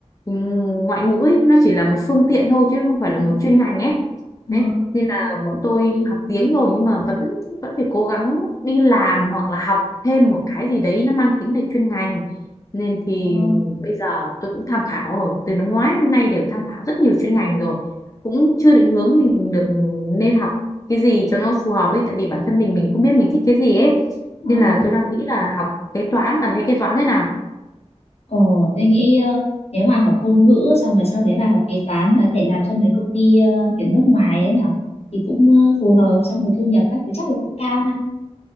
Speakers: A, on the left; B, on the left.
A: ừ, ngoại ngữ ấy, nó chỉ là một phương tiện thôi chứ không phải là
B: Ừ.
A: một chuyên ngành ấy
B: Ờ,
A: đấy nên là bọn tôi học tiếng rồi nhưng mà vẫn vẫn phải cố gắng đi làm hoặc là học thêm một cái gì đấy nó mang tính là chuyên ngành nên
B: ờ,
A: thì bây giờ tôi cũng tham khảo rồi từ năm ngoái đến nay đều tham khảo rất nhiều chuyên ngành rồi cũng chưa định hướng mình được nên học cái gì cho nó phù hợp ấy tại vì bản thân mình mình không biết mình thích cái gì ấy
B: ờ.
A: nên là tôi đang nghĩ là học kế toán bà thấy kế toán thế nào
B: Ờ, tôi nghĩ ờ, nếu mà học ngôn ngữ xong rồi sau đấy bà học kế toán mà có thể làm cho mấy công ty ờ, kiểu nước ngoài ấy nhở thì cũng ờ, phù hợp xong rồi thu nhập các thứ chắc là cũng cao ha